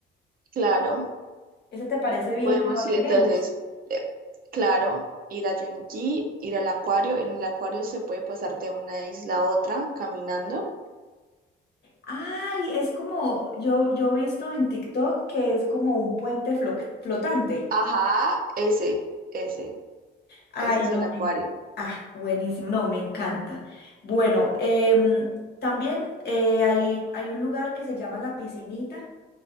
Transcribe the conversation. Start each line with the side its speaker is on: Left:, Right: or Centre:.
Right: Claro,
Left: ¿Ese te parece bien
Right: podemos
Left: que lo agreguemos?
Right: ir. Entonces, eh, claro, ir a Yonki, ir al acuario. En el acuario se puede pasar de una isla a otra caminando.
Left: Ay, es como, yo, yo he visto en TikTok que es como un puente flo- flotante.
Right: Ajá, ese, ese,
Left: Ay,
Right: ese es
Left: no,
Right: el acuario.
Left: me, ah, buenísimo, no, me encanta. Bueno, em, también eh, hay, hay un lugar que se llama La Piscinita,